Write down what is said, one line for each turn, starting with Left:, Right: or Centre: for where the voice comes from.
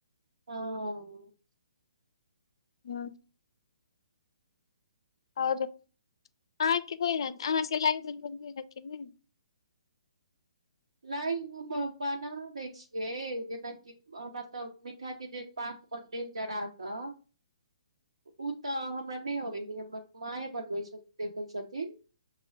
Right: हँ
Left: ह और अहाँके को अहाँके ल <unintelligible>
Right: लाइ हम बना दै छियै जेनाकि हमरा तऽ मि ठा के जे पाक बनब जरा क <unintelligible>
Left: <inaudible>
Right: उ तऽ हमरा नय अबै है हमर माए बनबै देखै छथिन